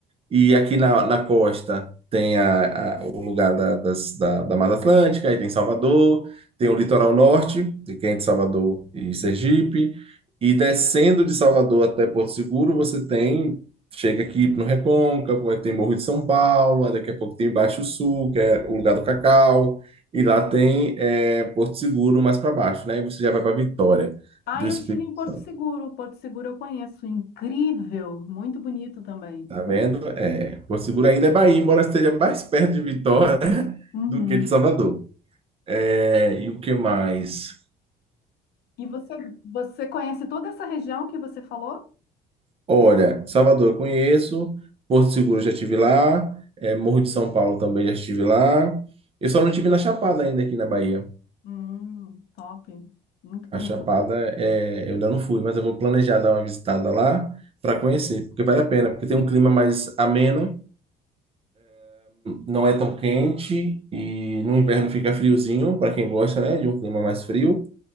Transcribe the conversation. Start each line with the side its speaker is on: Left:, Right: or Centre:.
Right: E aqui na, na costa tem a, a- o lugar da, das- da, da Mata Atlântica, aí tem Salvador, tem o litoral norte, de é de Salvador e Sergipe, e descendo de Salvador até Porto Seguro, você tem, chega aqui no Recôncavo, aí tem Morro de São Paulo, aí daqui a pouco tem Baixo Sul, que é o lugar do cacau, e lá tem eh, Porto Seguro mais para baixo, né? E você já vai para Vitória
Left: Aí
Right: do Espírito
Left: eu tive em Porto
Right: Santo.
Left: Seguro. Porto Seguro eu conheço, incrível, muito bonito também.
Right: Tá
Left: Muito.
Right: vendo? É, Porto Seguro ainda é Bahia, embora esteja mais perto de Vitória <laughs>
Left: Uhum.
Right: do que de Salvador. É, e o que mais?
Left: E você, você conhece toda essa região que você falou?
Right: Olha, Salvador eu conheço, Porto Seguro eu já estive lá, é, Morro de São Paulo também já estive lá. Eu só não estive na Chapada ainda aqui na Bahia.
Left: Hum, top, muito bonito.
Right: A Chapada é, eu ainda não fui, mas eu vou planejar dar uma visitada lá para conhecer, porque vale a pena, porque tem um clima mais ameno, não é tão quente e no inverno fica friozinho para quem gosta, né, de um clima mais frio.